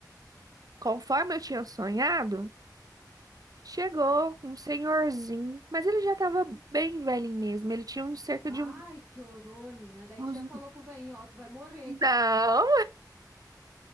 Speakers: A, on the right (about 55°); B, on the right (about 15°).
A: conforme eu tinha sonhado, Chegou um senhorzinho, mas ele já estava bem velho mesmo. Ele tinha uns cerca
B: Ai,
A: de um-
B: que horror, menina. Daí
A: uns.
B: tu já falou pro velhinho, ó, tu vai morrer.
A: Não,